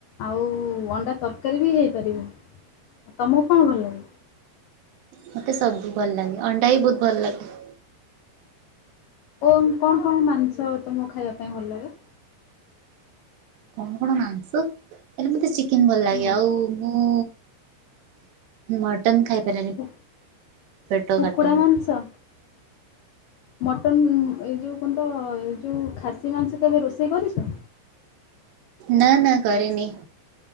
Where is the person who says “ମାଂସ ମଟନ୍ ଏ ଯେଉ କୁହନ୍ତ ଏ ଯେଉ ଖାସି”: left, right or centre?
Left